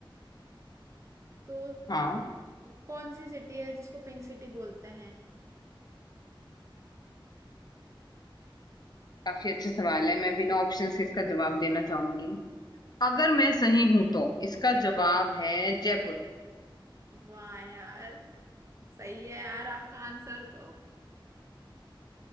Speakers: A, on the right (about 35°); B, on the left (about 50°).
A: तो
B: हाँ
A: कौन सी सिटी है जिसको पिंक सिटी बोलते हैं
B: काफी अच्छे सवाल है मैं बिना ऑप्शन से इसका जवाब देना चाहूंगी अगर मैं सही हूं तो इसका जवाब है Jaipur
A: वाह यार सही है यार आपका आंसर तो